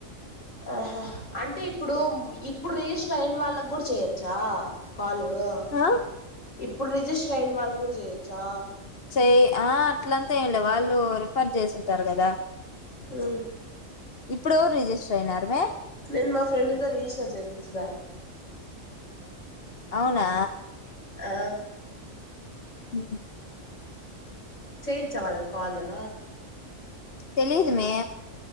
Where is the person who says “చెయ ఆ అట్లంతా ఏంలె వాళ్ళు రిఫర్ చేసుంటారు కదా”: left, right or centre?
Left